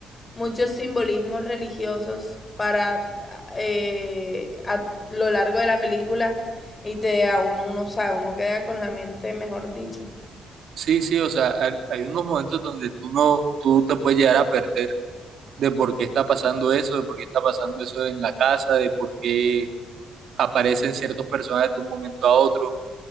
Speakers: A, on the left (about 25°); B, on the right (about 65°).
A: muchos simbolismos religiosos para eh, a lo largo de la película y te a uno, uno sabe, uno queda con la mente, mejor dicho.
B: Sí, sí, o sea, hay hay unos momentos donde tú no, tú te puedes llegar a perder de por qué está pasando eso, de por qué está pasando eso en la casa, de por qué aparecen ciertos personajes de un momento a otro